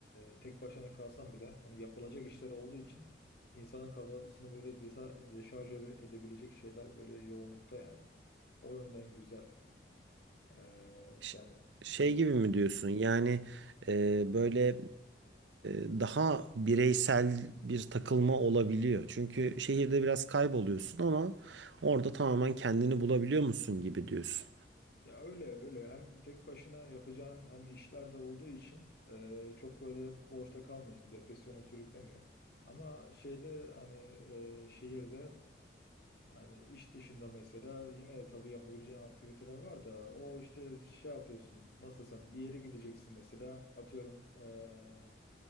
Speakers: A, on the left; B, on the right.
A: e, tek başına kalsan bile hani yapılacak işler olduğu için İnsanın kafasını böyle desa- deşarj ede- edebilecek şeyler böyle yoğunlukta yani. O yönden güzel. Ee,
B: Ş-
A: yani
B: Şey
A: e,
B: gibi mi diyorsun? Yani e, böyle e, daha bireysel bir takılma olabiliyor. Çünkü şehirde biraz kayboluyorsun ama orada tamamen kendini bulabiliyor musun gibi diyorsun.
A: ya öyle öyle hem tek başına yapacağın hem işler de olduğu için e, çok böyle boşta kalmıyorsun. Depresyona sürüklemiyor. Ama şeyde hani e, şehirde hani iş dışında mesela yine tabii yapabileceğin aktiviteler var da o işte şey yapıyorsun. Nasıl desem bir yere gideceksin mesela atıyorum e,